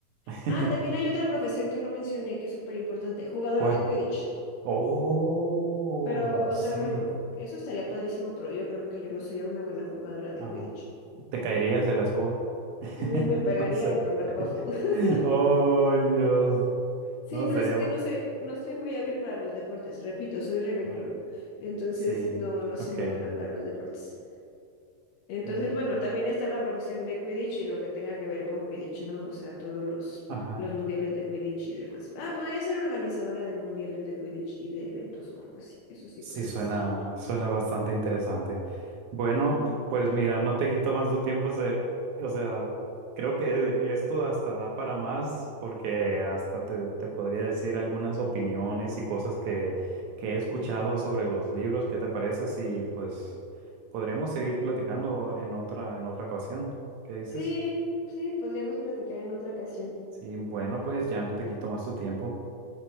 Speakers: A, on the right (about 80°); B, on the left (about 80°).
A: <laughs>
B: Ah, también hay otra profesión que no mencioné que es súper importante, jugador
A: ¿Cuál?
B: de Quidditch.
A: Oh,
B: Pero, o
A: sí.
B: sea, bueno, eso estaría padrísimo, pero yo creo que yo no sería una buena jugadora de
A: Ajá.
B: Quidditch.
A: Te caerías de la escoba. <laughs>
B: Ni me pegarían
A: No sé.
B: con la Quaffle. <laughs>
A: <laughs> Oh, Dios.
B: Sí,
A: No,
B: no,
A: sería.
B: es que no soy, no soy muy hábil para los deportes. Repito, soy Ravenclaw.
A: Ajá.
B: Entonces,
A: Sí.
B: no, no soy
A: Ok.
B: muy buena para los deportes. Entonces,
A: Mm,
B: bueno, también está la profesión de Quidditch y lo que tenga que ver con Quidditch, ¿no? O sea, todos los,
A: Ajá.
B: los mundiales de Quidditch y demás. Ah, podría ser organizadora de mundiales de Quidditch y de eventos o algo así. Eso sí
A: Sí,
B: podría
A: suena,
B: ser.
A: suena bastante interesante. Bueno,
B: Ujú.
A: pues mira, no te quito más tu tiempo. se- o sea, creo que esto hasta da para más porque hasta te, te podría decir algunas opiniones y cosas que, que he escuchado sobre los libros. ¿Qué te parece? Si pues podremos seguir platicando en otra, en otra ocasión. ¿Qué dices?
B: Sí, sí, podríamos platicar en otra ocasión.
A: Sí, bueno, pues ya no te quito más tu tiempo.